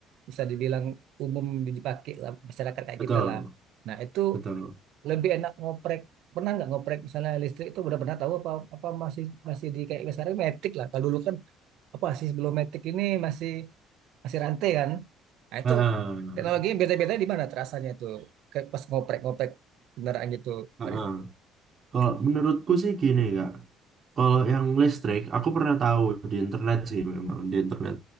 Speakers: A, on the right; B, on the right.
A: bisa dibilang umum dipakai lah, masyarakat kayak
B: betul,
A: kita lah nah itu
B: betul.
A: lebih enak ngoprek pernah nggak ngoprek misalnya listrik itu udah pernah tahu apa apa masih masih di kayak misalnya metik lah kalau dulu kan apa sih sebelum metik ini masih masih rantai kan nah itu
B: Heeh,
A: teknologinya beda-beda di mana terasanya tuh Kayak pas ngoprek-ngoprek kendaraan gitu
B: heeh.
A: Farid.
B: Kalau menurutku sih gini kak, kalau yang listrik, aku pernah tahu di internet sih memang di internet.